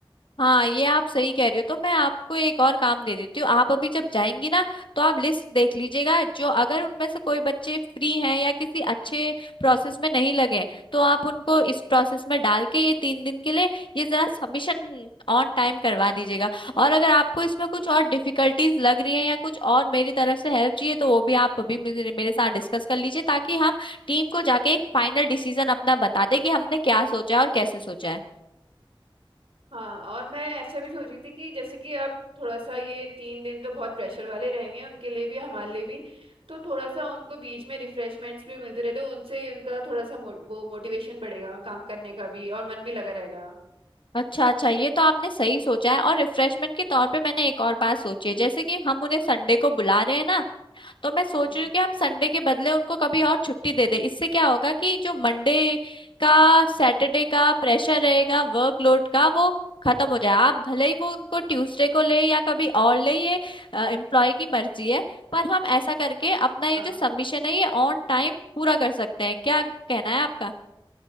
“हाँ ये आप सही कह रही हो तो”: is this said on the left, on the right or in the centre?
Left